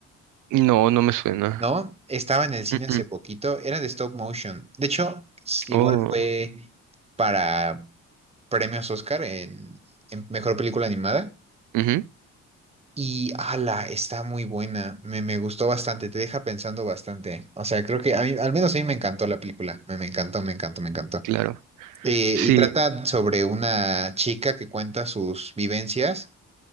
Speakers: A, on the right (about 80°); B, on the right (about 20°).
A: No, no me suena.
B: No, estaba en el cine
A: Mm,
B: hace
A: mm.
B: poquito, era de stop motion. De hecho, igual
A: Oh,
B: fue para premios Oscar en, en mejor película animada.
A: ujú,
B: Y ala, está muy buena. Me, me gustó bastante, te deja pensando bastante. O sea, creo que a mí, al menos a mí me encantó la película. Me, me encantó, me encantó, me encantó.
A: claro.
B: Eh,
A: Sí.
B: y trata sobre una chica que cuenta sus vivencias